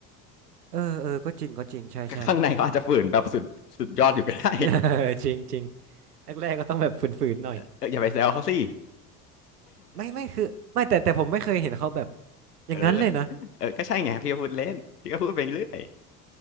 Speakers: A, on the right (about 85°); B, on the left (about 90°).
A: เออเออก็จริงก็จริงใช่ใช่
B: ข้างในเขาอาจจะฝืนแบบสุดสุดยอดอยู่ก็ได้
A: <laughs> เออจริงจริงแรกๆก็ต้องแบบฝืนๆหน่อย
B: เอออย่าไปแซวเขาสิ
A: ไม่ไม่คือไม่แต่แต่ผมไม่เคยเห็นเขาแบบอย่างนั้นเลยนะ
B: เออเออก็ใช่ไงพี่ก็พูดเล่นพี่ก็พูดไปเรื่อย